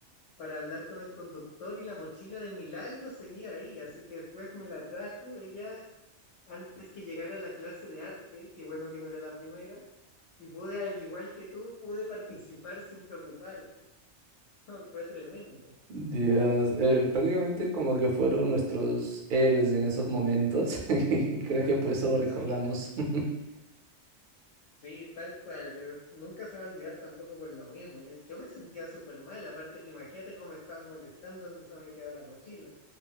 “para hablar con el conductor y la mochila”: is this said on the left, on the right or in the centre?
Left